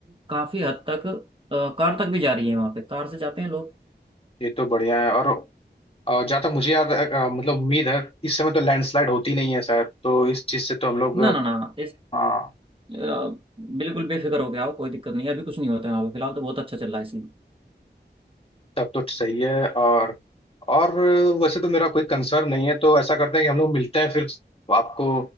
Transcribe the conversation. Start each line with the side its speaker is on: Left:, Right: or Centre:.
Right: काफी हद तक अ, कार तक भी जा रही है वहाँ पे कार से जाते हैं लोग
Left: ये तो बढ़िया है और अ, जहाँ तक मुझे याद है, अ, मतलब उम्मीद है इस समय तो लैंडस्लाइड होती नहीं है शायद तो इस चीज़ से तो हम लोग
Right: ना ना ना इस
Left: हाँ
Right: अ, बिल्कुल बेफिक्र हो गया हो कोई दिक्कत नहीं है अभी कुछ नहीं होता है वहाँ पे फिलहाल तो बहुत अच्छा चल रहा है सीन
Left: तब तो सही है और और वैसे तो मेरा कोई कंसर्न नहीं है तो ऐसा करते हैं कि हम लोग मिलते हैं फिर आपको